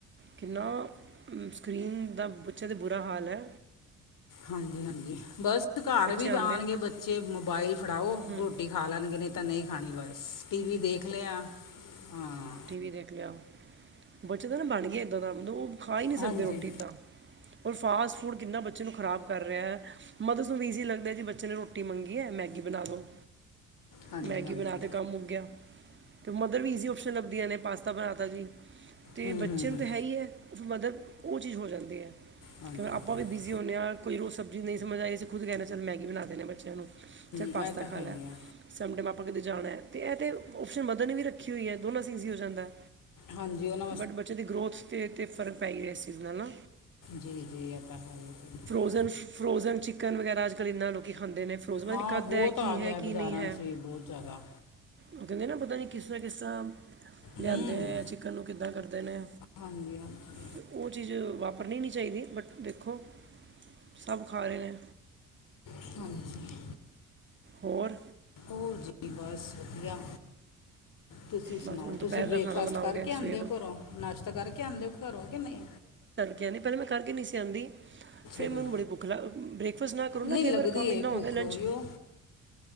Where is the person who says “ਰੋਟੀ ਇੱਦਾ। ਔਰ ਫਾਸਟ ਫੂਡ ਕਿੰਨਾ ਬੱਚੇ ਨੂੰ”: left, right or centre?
Right